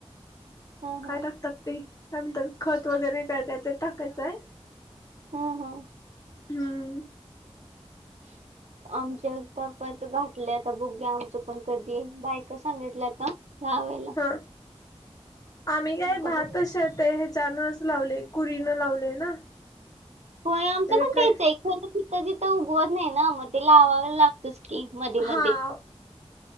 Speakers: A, on the right; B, on the left.
A: हम्म
B: काय
A: हम्म
B: टाकतात ते काय म्हणतात खत वगैरे काय काय ते टाकायचाय.
A: हम्म हम्म.
B: हम्म.
A: <unintelligible> आमच्या तफ्यात घाठले आता बुघ्या आमचं पण कधी बायक सांगितलं आता. लावाय
B: हा आम्ही काय
A: मग आता
B: भात
A: बघू
B: तशे ते ह्या नच लावले कुरीन लावलय ना.
A: हो आमचं
B: ते
A: पण
B: ट्रॅ
A: तेच एखां तितथं चितथं उगवत नाही ना मग ते लावाय लाग होतच की मध्ये
B: हा
A: मध्ये